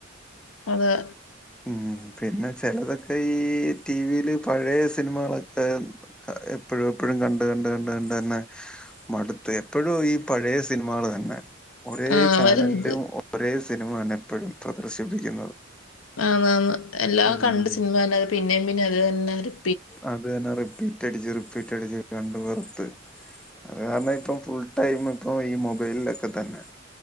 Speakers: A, on the left; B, in the centre.
A: അതേ
B: ഉം പിന്നെ ചെിലതൊക്കെ ഈ ടിവിൽ പഴയ സിനിമകളൊക്കെ എപ്പോഴും എപ്പോഴും കണ്ട് കണ്ട് കണ്ട് കണ്ട് തന്നെ മടുത്ത് എപ്പോഴും ഈ പഴയ സിനിമകൾ തന്നെ ഒരേ
A: ആ
B: ചാനലിലും
A: വരുന്നത്
B: ഒരേ സിനിമ തന്നെ എപ്പോഴും പ്രദർശിപ്പിക്കുന്നത്
A: ആന്ന് ആന്ന് എല്ലാം
B: ഉം
A: കണ്ട് സിനിമ തന്നത് പിന്നേം പിന്നേം അത് തന്നാലും
B: അത് തന്നെ റിപ്പീറ്റ് അടിച്ച് റിപ്പീറ്റ് അടിച്ച് കണ്ട് വെറുത്ത് അത് കാരണം ഇപ്പം ഫുൾ ടൈം ഇപ്പൊ ഈ മൊബൈലിലൊക്കെ തന്നെ